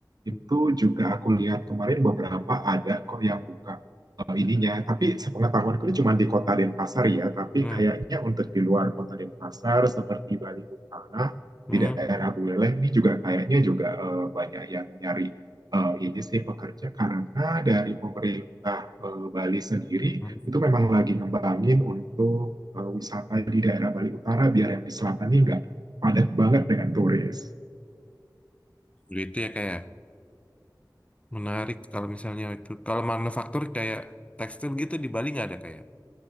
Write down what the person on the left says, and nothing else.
hmm,
hmm,
hmm,
hmm.
Gitu ya kayak menarik kalau misalnya itu. Kalau manufaktur kayak tekstil gitu di Bali nggak ada kayak.